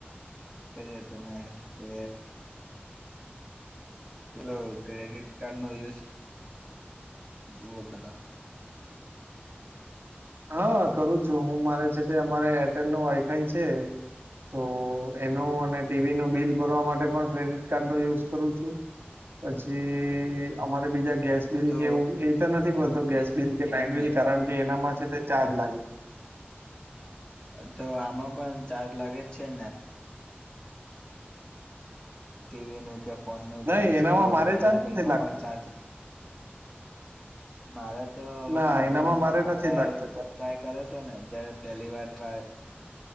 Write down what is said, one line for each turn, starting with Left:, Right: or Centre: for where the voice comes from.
Left: કરીએ તમે કે પેલો ક્રેડિટ કાર્ડ નો યુઝ <unintelligible>
Right: હા કરું છું હું મારે છે તે અમારે એરટેલ નો વાઈફાઈ છે તો એનો અને ટીવી ન બિલ ભરવા માટે પણ ક્રેડિટ કાર્ડ નો યુઝ કરું છું. પછી અમારે બીજા ગેસ બિલ
Left: તો
Right: કે એવું એ તો નથી ભરતો ગેસ
Left: એમને
Right: બિલ કે લાઈટ
Left: એમને
Right: બિલ કારણ કે એનામાં છે તે ચાર્જ લાગે.
Left: તો આમાં પણ ચાર્જ લાગે જ છે ને? ટીવી કે ફોનનું
Right: નહી
Left: રિચાર્જ
Right: એનામાં
Left: કરવું
Right: મારે
Left: તો એના
Right: ચાર્જ
Left: બિલમાં
Right: નથી લાગતો
Left: ચાર્જ <inaudible> મારે તો હવે
Right: ના એનામાં
Left: મા
Right: મારે
Left: પપ્પા
Right: નથી લાગતો
Left: એ ટ્રાય કર્યો હતો ને જયારે પહેલી વાર ટ્રાય